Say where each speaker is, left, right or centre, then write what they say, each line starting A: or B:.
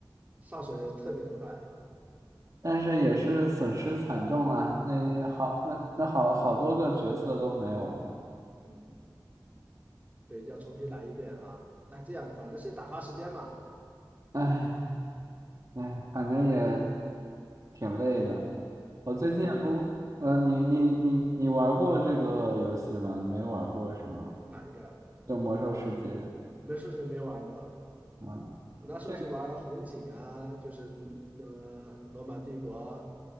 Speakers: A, on the right (about 20°); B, on the right (about 45°).
A: 上手也特别的快。
B: 但是也是损失惨重啊。那好，那那好好多个角色都没有了，
A: 嗯。对，要重新来一遍哈。那这样的，反正是打发时间嘛。
B: 唉。哎，反正也挺累的。我最近也不，
A: 嗯，
B: 呃，你你你你玩过这个游戏吗？你没玩过是吗？
A: 哪一个？
B: 就《魔兽世界》
A: 美术师没玩过，
B: 啊，
A: 我那时候就玩红警啊，
B: 这个
A: 就是呃罗马帝国，